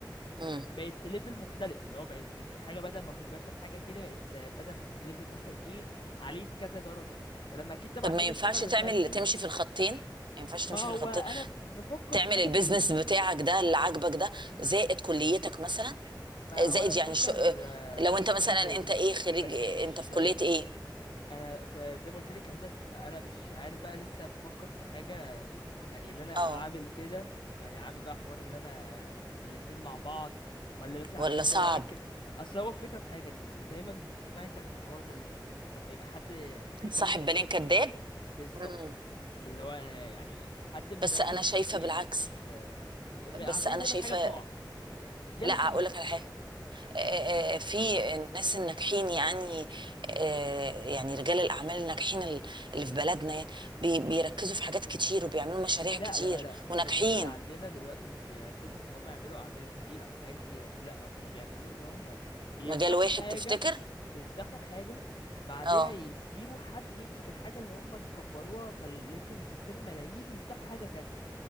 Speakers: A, on the right; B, on the left.
A: مم.
B: بقت في ليفل مختلف اللي هو بقت في في حاجه بدل ما كنت مثلا حاجه كده بقت آه، بدل ما كنت ليفل مثلا ايه عليه كذا درجه فلما اكيد طبعا
A: طب ما
B: اجي
A: ينفعش
B: اشتغل بشهادتي
A: تعمل تمشي في الخطين ما ينفعش
B: ما
A: تمشي في
B: هو
A: الخطين
B: انا ب- بفكر
A: تعمل
B: في حاجه
A: البيزنس
B: زي دي
A: بتاعك ده اللي عاجبك ده زائد كليتك مثلا
B: ما
A: زائد
B: هو انا بفكر
A: يعني شو
B: آه،
A: لو انت
B: في
A: مثلا
B: حاجه زي
A: انت
B: دي
A: ايه خريج
B: بس
A: إيه؟
B: مش
A: انت في كلية ايه
B: انا في زي ما قلت لك هندسه فانا مش عارف بقى لسه بفكر في حاجه يعني اللي انا
A: اه
B: عامل كده يعني عامل بقى حوار اللي انا الاتنين مع بعض ولا مثلا
A: ولا
B: هسيب
A: صعب
B: ده واركز اصل هو الفكره في حاجه ان دايما بتسمع انت عن الحوار ده ال- يعني لما يبقى حد صاحب
A: صاحب
B: بالين كداب
A: بالين كداب
B: بالظبط
A: مم.
B: اللي هو يعني حد مركز
A: بس انا
B: في
A: شايفة
B: حاجتين
A: بالعكس
B: مش م- م- هتلاقي
A: بس انا
B: دايما
A: شايفة
B: حاجه بتقع يا
A: لا
B: الاتنين
A: اقول
B: بيقعوا.
A: لك على حاجة آه، آه، في الناس الناجحين يعني آه، يعني رجال الأعمال الناجحين ال- اللي في بلدنا يعني بي- بيركزوا في حاجات كتير وبيعملوا مشاريع
B: لا
A: كتير
B: لا لا
A: وناجحين
B: الناس اللي عندنا دلوقتي مش بيركزوا في ان هم يعملوا اعمال كتير او حاجات كتير لا هم اللي بيعملوه ان هم بيفتحوا
A: مجال واحد
B: حاجة
A: تفتكر؟
B: بيفتحوا حاجة بعدها
A: اه
B: يسيبوا حد يمسك الحاجة اللي هم كبروها وخلتهم يكسبوا ملايين يفتحوا حاجة تانية